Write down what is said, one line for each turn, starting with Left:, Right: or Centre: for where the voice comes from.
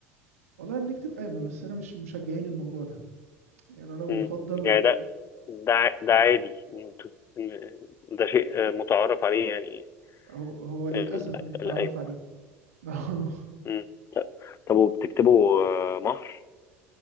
Right: والله بنكتب قايمة بس أنا مش مشجعين الموضوع ده يعني أنا بفضل
Left: امم يعني ده ده ع- ده عادي إن انتوا- إن ده شيء آه، متعارف عليه يعني
Right: هو هو للأسف
Left: ال-
Right: متعارف
Left: القايمة
Right: عليه <laughs>
Left: امم طب طب وبتكتبوا آه، مهر